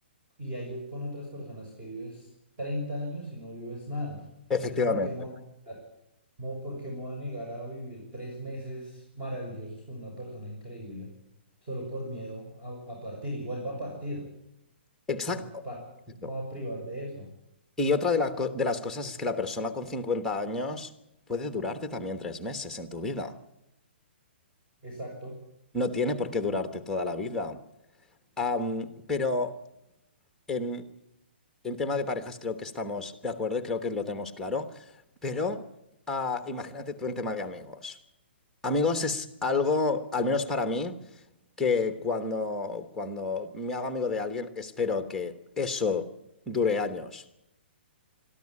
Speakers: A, on the right (about 25°); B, in the centre.
A: y hay o- con otras personas que vives 30 años y no vives nada.
B: Efectivamente.
A: Entonces, ¿por qué me voy a comparar Mo- ¿Por qué me voy a negar a vivir tres meses maravillosos con una persona increíble solo por miedo a, a partir? Igual va a partir.
B: Exacto.
A: Entonces, ¿para qué
B: Exacto.
A: me voy a privar de eso?
B: Y otra de, la co- de las cosas es que la persona con 50 años puede durarte también tres meses en tu vida.
A: Exacto.
B: No tiene por qué durarte toda la vida. Am, pero en, en tema de parejas creo que estamos de acuerdo y creo que lo tenemos claro. Pero ah, imagínate tú en tema de amigos. Amigos es algo, al menos para mí, que cuando, cuando me hago amigo de alguien, espero que eso dure años.